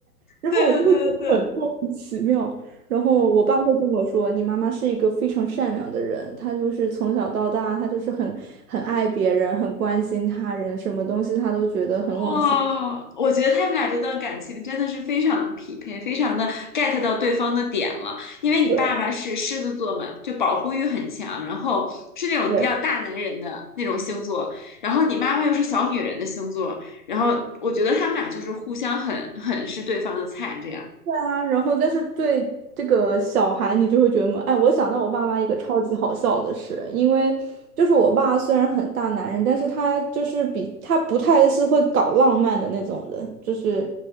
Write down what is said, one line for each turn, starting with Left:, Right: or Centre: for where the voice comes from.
Right: 然后我就会觉得很莫名其妙。
Left: 对对对对对。
Right: 然后我爸会跟我说，你妈妈是一个非常善良的人，她就是从小到大，她就是很很爱别人，很关心他人，什么东西她都觉得很往心。
Left: 哇，我觉得他们俩这段感情真的是非常的匹配，非常的 get 到对方的点了。因为你爸爸是狮子座嘛，
Right: 对
Left: 就保护欲很强，然后是那种比较大男人的那种星座，
Right: 对。
Left: 然后你妈妈又是小女人的星座，然后我觉得他们俩就是互相很很是对方的菜这样
Right: 啊，然后但是对这个小孩，你就会觉得，哎，我想到我爸妈一个超级好笑的事，因为就是我爸虽然很大男人，但是他就是比他不太是会搞浪漫的那种人，就是